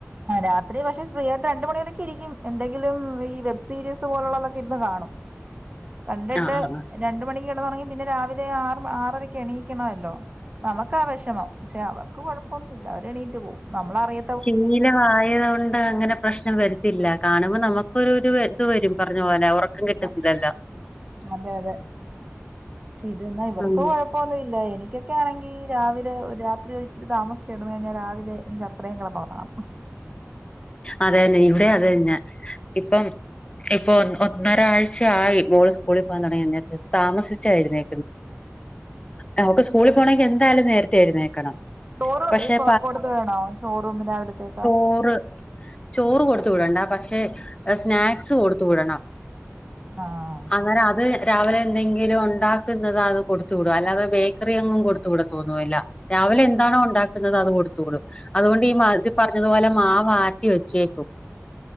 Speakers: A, on the right; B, on the left.
A: രാത്രി പക്ഷെ ഫ്രീയായിട്ട് രണ്ട് മണിയൊക്കെ ഇരിക്കും എന്തെങ്കിലും ഈ വെബ് സീരീസ് പോലുള്ളതൊക്കെ ഇരുന്ന് കാണും കണ്ടിട്ട്
B: ആഹ് ആഹ് ആഹ്
A: രണ്ട് മണിക്ക് കിടന്നുറങ്ങി പിന്നെ രാവിലെ ആ ആറരക്ക് എണീക്കണമല്ലോ നമ്മക്ക വേഷമം പക്ഷെ അവർക്ക് കൊഴപ്പമൊന്നും ഇല്ല അവര് എണീറ്റ് പോകും നമ്മൾ അറിയ
B: ശീലമായതുകൊണ്ട് അങ്ങനെ പ്രശ്നം വരിത്തില്ല കാണുമ്പോൾ നമുക്കൊ ഒരു ഇത് വരും പറഞ്ഞ പോലെ കിട്ടുന്നില്ലല്ലോ
A: അതെ അതെ അതെ ശ് ഇത് ന്നാ ഇവർകൊഴ
B: ഉം
A: പ്പൊന്നും ഇല്ല എനിക്കൊക്കെ ആണെങ്കിൽ രാവിലെ രാത്രി ഒഴിച്ച് താമസിച്ച് കിടന്നാൽ കഴിഞ്ഞാൽ രാവിലെ എനിക്ക് ഇത്രയും കളം അവാണ്
B: അതെന്നെ ഇവിടെ അതെ തന്നെ ഇപ്പം ഇപ്പൊ ഒന്നരാഴ്ചയായി മോള് സ്കൂളിൽ പോകൻ തുടങ്ങി താമസിച്ചായിരുന്നേ നമുക്ക് സ്കൂളിൽ പോണെങ്കിൽ എന്തായാലും നേരത്തെ എഴുന്നേക്കണം
A: ചോർ
B: പക്ഷെ
A: ഈ കൊടുത്ത വേണോ ഷോറൂമിൽവലത്തേക്കാ
B: ഓർ ചോറ് കൊടുത്ത വിടണ്ട പക്ഷേ സ്നാക്സ് കൊടുത്തു വിടണം
A: ആഹാ
B: അങ്ങനെ അത് രാവിലെ എന്തെങ്കിലും ഉണ്ടാക്കുന്നത് അത് കൊടുത്ത് വിടും അല്ലാതെ ബേക്കറി അങ്ങും കൊടുത്തുവിടതൊന്നും ഇല്ല രാവിലെ എന്താണോ ഉണ്ടാക്കുന്നത് അത് കൊടുത്തുകൂടും അതുകൊണ്ട്
A: ആഹ്
B: ഈ മരി പറഞ്ഞതുപോലെ മാവാ വെച്ചേക്കും